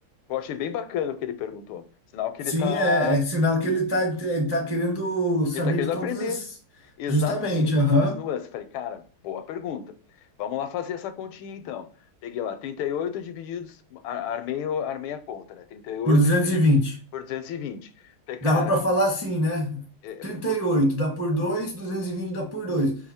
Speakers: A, on the left (about 80°); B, on the right (about 15°).
A: Eu achei bem bacana o que ele perguntou. Sinal que
B: Sim,
A: ele está
B: é, é sinal que ele tá, ele tá querendo saber
A: Ele está querendo
B: de todas
A: aprender.
B: as,
A: Exatamente.
B: justamente, aham,
A: As nuances. Falei, cara, boa pergunta. Vamos lá fazer essa continha então. Peguei lá 38 divididos, ar- armei, o- armei a conta, né? 38
B: por duzentos
A: dividido
B: e vinte
A: por 220. Falei, cara,
B: Dava para falar assim, né?
A: é,
B: trinta
A: eu
B: e oito dá por dois duzentos e vinte dá por dois